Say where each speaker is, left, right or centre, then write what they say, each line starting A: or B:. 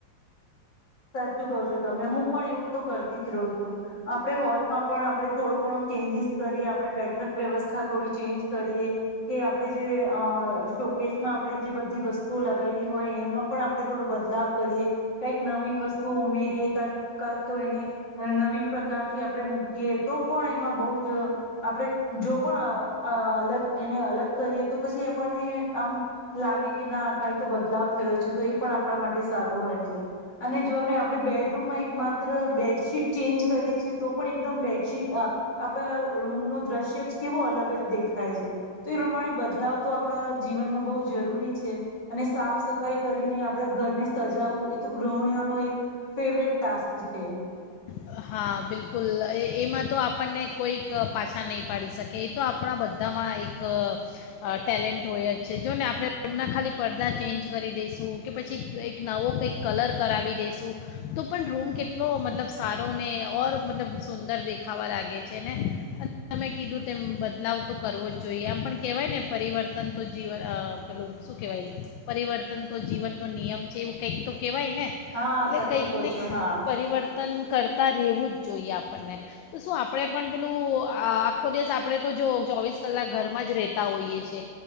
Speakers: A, on the left; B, on the left.
A: સાચું કહો છો તમે હું પણ એવું તો કરતી જ રહું છું. આપણેે હોલમાં પણ આપણે થોડો ઘણો ચેન્જીસ કરીએ આપડણે બેઠક વ્યવસ્થા થોડી ચેન્જ કરીએ કે આપણે જે શોકેશમાં આપણે જે બધી વસ્તુઓ લગાવેલી હોય એમાં પણ આપણે થોડો બદલાવ કરીએ. કઈક નવી વસ્તુ ઉમેરીએ ક કક તો એને નવીન પ્રકારથી આપણે મૂકીએ તો પણ એમાં બહુ જ આપણે જો પણ અલગ એને અલગ કરીએ તો પછી આપણને આમ લાગે કે ના કઈ તો બદલાવ થયો છે તો એ પણ આપણા માટે સારું હોય છે. અને જોને આપણે બેડરૂમમાં એકમાત્ર બેડશીટ ચેન્જ કરીએ છીએ તો પણ એકદમ બેડશીટ આપણા રૂમ નો દ્રશ્ય જ કેવો અલગ જ દેખાય છે, તો એ પ્રમાણે બદલાવ તો આપણા જીવનમાં બહુ જરૂરી છે અને સાફ સફાઈ કરીને આપણે ઘરને સજાવું એ તો ગૃહિણીઓનો એક ફેવરેટ ટાસ્ક છે.
B: હા. બિલકુલ. એ એમાં તો આપણને કોઈક પાછા નહીં પાડી શકે, એ તો આપણા બધામાં એક ટેલેન્ટ હોય જ છે, જો ને આપણે રૂમના ખાલી પડદા ચેન્જ કરી દઈશું, કે પછી કંઈક નવો કંઈક કલર કરાવી દઈશું તો પણ રૂમ કેટલો મતલબ સારો ઓર મતલબ સુંદર દેખાવા લાગે છે ને. તમે કીધું તેમ બ લાવ તો કરવો જ જોઈએ. આમ પણ કહેવાય ને પરિવર્તન તો જીવન પેલું શું કહેવાય પરિવર્તન તો જીવનનો નિયમ છે એવું કંઈક તો કહેવાય ને
A: હા સાચું
B: એટલે
A: કહ
B: કંઈકને
A: છું હા
B: પરિવર્તન કર તાર રહેવું જો એ આપણને તો શું આપણે પણ પેલું આ આખો દિવસ આપણે તો જો ચોવીસ કલાક ઘરમાં જ રહેતા હોઈએ છીએ.